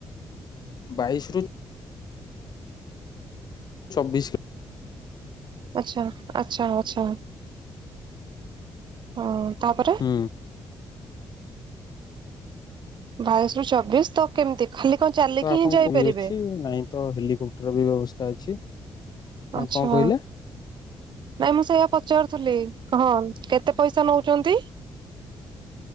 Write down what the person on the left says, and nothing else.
ବାଇଶ୍ ରୁ ଚବିଶି।
ହୁଁ।
ତ ଆପଣଙ୍କୁ
ବି ଅଛି ନାଇଁ ତ ହେଲିକପ୍ଟର ବି ବ୍ୟବସ୍ଥା ଅଛି। ହଁ
କଣ କହିଲେ